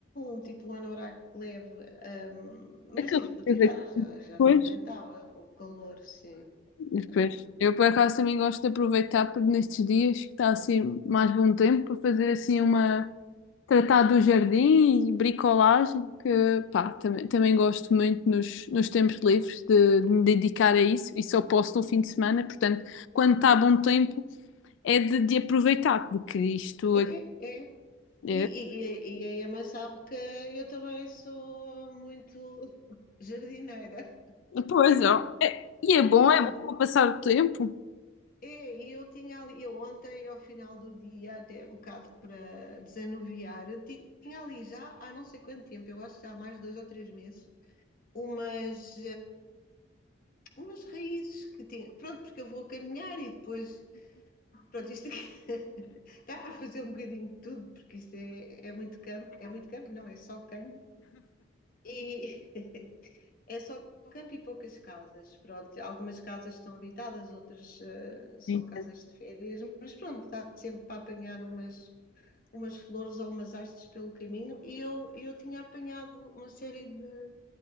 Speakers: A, on the left; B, on the left.
A: um tipo um anorak leve, ahm,
B: Aquela
A: mas tive que o
B: coisa
A: tirar,
B: que
A: que já,
B: depois.
A: já não aguentava com o calor, sim.
B: Depois.
A: Ah,
B: Eu por acaso também gosto de aproveitar por nestes dias que está assim mais bom tempo para fazer assim uma, Tratar do jardim e bricolagem, que pá, também, também gosto muito nos, nos tempos livres de, de me dedicar a isso e só posso no fim de semana, portanto, quando está bom tempo é de, de aproveitar, porque isto
A: é,
B: é,
A: é.
B: é-
A: E, e, e, e a Emma sabe que eu também sou muito <laughs> jardineira.
B: pois ó, é, e é bom,
A: E
B: é
A: ontem,
B: bom para passar o tempo.
A: é, e eu tinha ali, eu ontem, ao final do dia, até um bocado para desanuviar, tinha ali já há não sei quanto tempo, eu acho que já há mais de dois ou três meses, umas. umas raízes que tinha. Pronto, porque eu vou caminhar e depois. Pronto, isto aqui <laughs> dá para fazer um bocadinho de tudo, porque isto é, é muito campo. É muito campo, não, é só campo. E <laughs> é só campo e poucas casas. Pronto, algumas casas estão habitadas, outras uh, são
B: Sim.
A: casas de férias, mas pronto, dá sempre para apanhar umas. Umas flores ou umas hastes pelo caminho, e eu, eu tinha apanhado uma série de